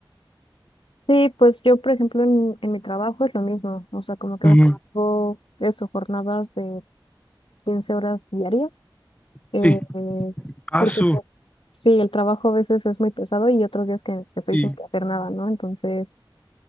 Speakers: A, on the left (about 85°); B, on the left (about 15°).
A: Sí, pues yo, por ejemplo, en, en mi trabajo es lo mismo, o sea, como que
B: Ujú,
A: ves, hago eso, jornadas de 15 horas diarias, eh,
B: Sí, ASU,
A: porque pues sí, el trabajo a veces es muy pesado y otros días que estoy
B: sí,
A: sin que hacer nada, ¿no? Entonces,